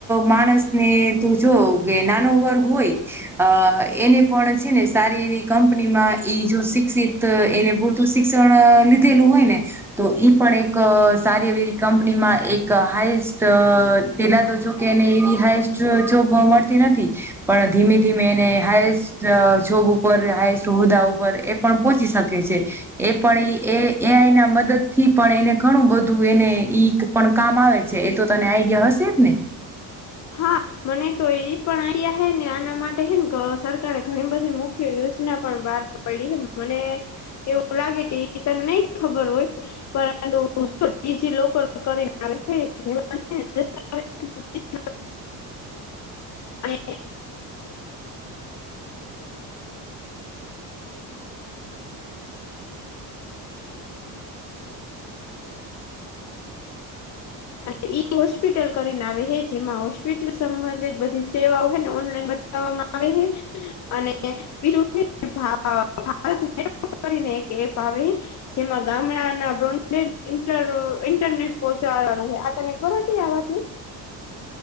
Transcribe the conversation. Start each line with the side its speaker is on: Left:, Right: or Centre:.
Centre: માણસને તું જો કે નાનો વર્ગ હોય અ એને પણ છે, ને સારી એવી કંપનીમાં ઈ જો શિક્ષિત ત એને પૂરતું શિક્ષણ લીધેલું હોય ને તો ઈ પણ એક સારી એવી કંપનીમાં એક હાઈસ્ટ પેલા તો જોકે એને એવી હાઈસ્ટ જોબ મળતી નથી પણ ધીમે ધીમે એને હાઇસ્ટ જોબ ઉપર હાએસ્ટ હોદ્દા ઉપર એ પણ પહોંચી શકે છે. એ પણ એ એ એ આઈ ના મદદથી પણ એને ઘણું બધું એને ઈ પણ કામ આવે છે, એ તો તને આઈડિયા હશે જ ને?
Left: હા. મને તો એ પણ આયા હે ને આના માટે હેન સરકારે ઘણી બધી મુખ્ય યોજના પણ બહાર પયડી મને એવું લાગે કે એ તને નહી ખબર હોય પરંતુ જો ડીજીલોકર કરીને આવેને <unintelligible> <inaudible> <inaudible> <inaudible> <inaudible> અને ઈ હોસ્પિટલ કરીને આવે હે જેમાં હોસ્પિટલ સંબંધિત બધી સેવાઓ હેને ઓનલાઈન બતાવવામાં આવે હે અને બીજું ભા ભારત કરીને એક એપ આવે જેમાં ગામડાના બ્રોન્ડેડ ઇનટર ઇન્ટરનેટ પહોંચાડવાનું હોય આ તને ખબરથી આ વાત ને